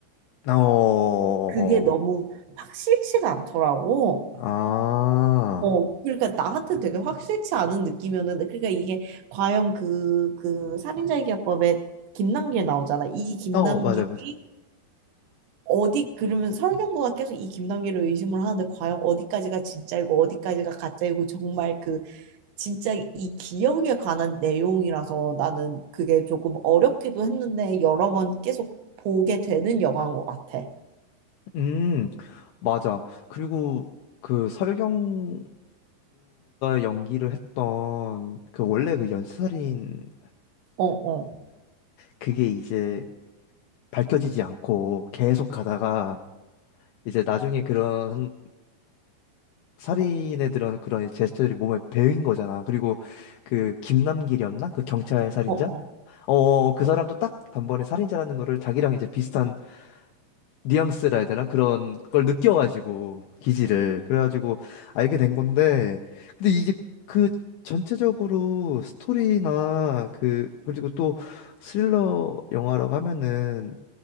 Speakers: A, on the left; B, on the right.
A: 어, 어,
B: 그게
A: 어.
B: 너무 확실치가 않더라고.
A: 아,
B: 어, 그러니까 나한테 되게 확실치 않은 느낌이었는데 그러니까 이게 과연 그, 그 살인자의 기합법에 김남길 나오잖아. 이 김남길이
A: 어, 맞아, 맞아.
B: 어디 그러면 설경구가 계속 이 김남길을 의심을 하는데 과연 어디까지가 진짜이고 어디까지가 가짜이고 정말 그 진짜 이 기억에 관한 내용이라서 나는 그게 조금 어렵기도 했는데 여러 번 계속 보게 되는 영화인 것 같아.
A: 음, 맞아. 그리고 그 설경구가 연기를 했던 그 원래 그 연쇄살인이었는데
B: 어, 어,
A: 그게 이제 밝혀지지 않고 계속 가다가 이제 나중에 그런 살인에 들은 그런 제스처들이 몸에 배인 거잖아. 그리고 그 김남길이었나? 그 경찰 살인자?
B: 어, 어.
A: 어, 그 사람도 딱 단번에 살인자라는 거를 자기랑 이제 비슷한 뉘앙스라 해야 되나? 그런 걸 느껴가지고, 기질을. 그래가지고 알게 된 건데, 근데 이게 그 전체적으로 스토리나 그, 그리고 또 스릴러 영화라고 하면은